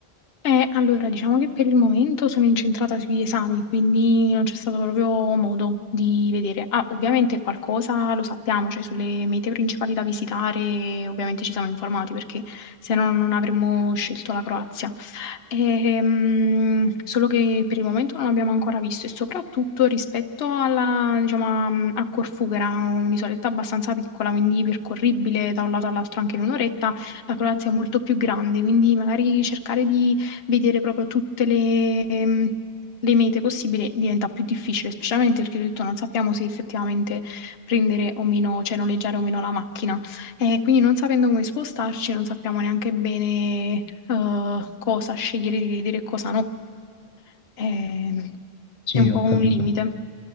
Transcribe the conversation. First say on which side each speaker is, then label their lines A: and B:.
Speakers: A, on the left; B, on the left.
A: Eh, allora, diciamo che per il momento sono incentrata sugli esami, quindi non c'è stato proprio modo di vedere. Ah, ovviamente qualcosa lo sappiamo, cioè sulle mete principali da visitare, ovviamente ci siamo informati perché se no non avremmo scelto la Croazia. Ehm, solo che per il momento non abbiamo ancora visto e soprattutto rispetto alla, diciamo, a, a Corfù, che era un'isoletta abbastanza piccola, quindi percorribile da un lato all'altro anche in un'oretta, la Croazia è molto più grande, quindi magari cercare di vedere proprio tutte le, ehm, le mete possibili diventa più difficile, specialmente perché ho detto non sappiamo se effettivamente prendere o meno, cioè noleggiare o meno la macchina. E quindi non sapendo come spostarci, non sappiamo neanche bene eh, cosa scegliere di vedere e cosa no. Ehm,
B: Sì,
A: È un
B: ho
A: po' un
B: capito.
A: limite.